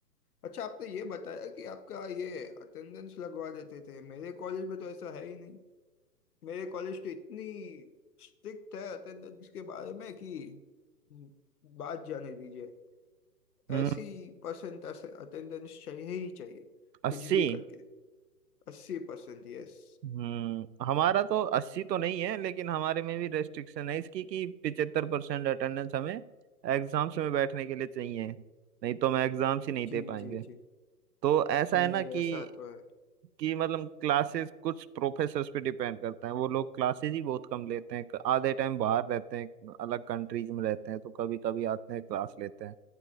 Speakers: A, on the left (about 60°); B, on the right (about 75°).
A: अच्छा आपने ये बताया कि आपका ये अटेंडेंस लगवा देते थे मेरे कॉलेज में तो ऐसा है ही नहीं मेरे कॉलेज तो इतनी स्ट्रिक्ट है अटेंडेंस के बारे में कि हम्म, बात जाने दीजिए
B: हम्म
A: ऐसी परसेंट अटेंडेंस चाहिए ही चाहिए
B: अस्सी
A: कुछ भी करके अस्सी परसेंट यस
B: हम्म हमारा तो अस्सी तो नहीं है लेकिन हमारे में भी रेस्ट्रिक्शन है इसकी कि पिचहत्तर परसेंट अटेंडेंस हमें एग्जाम्स में बैठने के लिए चाहिए नहीं तो हम एग्जाम्स ही नहीं
A: जी
B: दे पाएंगे
A: जी जी
B: तो ऐसा
A: जी
B: है ना
A: जी
B: कि
A: ऐसा तो है
B: कि मतलब क्लासेस कुछ प्रोफेसर्स पे डिपेंड करता है वो लोग क्लासेस ही बहुत कम लेते हैं आधे टाइम बाहर रहते हैं अलग कंट्रीज में रहते हैं तो कभी कभी आते हैं क्लास लेते हैं